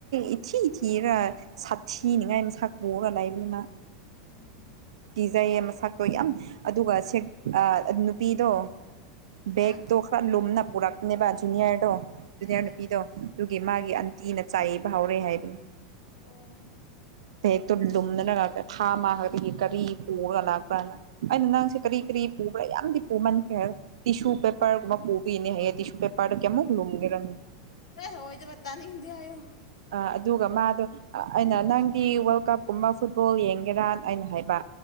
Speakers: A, on the right; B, on the left.
A: ꯏ ꯊꯤ ꯏ ꯊꯤꯔꯥ ꯁꯥ ꯊ ꯅꯨꯡꯉꯥꯏꯅ ꯁꯄꯔꯥ ꯂꯥꯏꯕꯅ
B: ꯎꯝ
A: ꯀꯤꯖꯩꯌꯦ ꯃꯁꯛꯇꯣ ꯌꯥꯝ ꯑꯗꯨꯒ ꯁꯦꯛ ꯅꯨꯄꯤꯗꯣ ꯕꯒ
B: ꯍꯥ
A: ꯗꯣ ꯍꯥꯥꯔ ꯂꯨꯨꯝꯅ ꯄꯔꯛꯅꯦꯕꯖꯨꯟꯌꯥꯔꯗꯣ ꯖꯨꯅꯤꯌꯥꯔ
B: ꯑꯥ
A: ꯅꯨꯄꯤꯗꯣ
B: ꯑꯥ
A: ꯑꯗꯨꯒꯤ
B: ꯑꯥ
A: ꯃꯥꯒꯤ
B: ꯑꯥ
A: ꯑꯟꯇꯤꯅ ꯆꯥꯏꯕ ꯍꯧꯥꯎꯔꯦ ꯍꯥꯏꯕꯅꯤ
B: ꯑꯣ
A: ꯐ ꯇ
B: ꯑꯥ
A: ꯂꯨꯅꯅ ꯊꯝ ꯀꯔꯤ ꯄꯨꯔꯒ ꯂꯥꯛꯄ꯭ꯔꯥꯅ ꯑꯩꯅ ꯅꯪꯁꯦ ꯀꯔꯤ ꯀꯔꯤ ꯄꯨꯕ꯭ꯔꯥ ꯌꯥꯝꯗꯤ ꯄꯨꯃꯟꯈ꯭ꯔ ꯍꯥꯏ ꯇꯤꯁꯨ ꯄꯦꯄꯥꯔ ꯀꯕꯤ ꯏꯅꯤ ꯍꯥꯏꯗꯤꯁꯨ ꯄꯦꯄꯥꯔ ꯀꯃꯣꯒ ꯂꯨꯒꯦꯔꯅꯤ
B: ꯑ ꯍꯏꯗ ꯄꯠꯇꯅꯤꯗꯣ
A: ꯑꯗꯨꯒ ꯃꯥꯗꯣ ꯑꯩꯅ ꯅꯪꯗꯤ ꯋꯥꯔꯜ ꯀꯞꯀꯨꯝꯕ ꯐꯨꯠꯕꯣꯜ ꯌꯦꯡꯒꯦꯔꯅ ꯑꯅ ꯍꯥꯏꯕ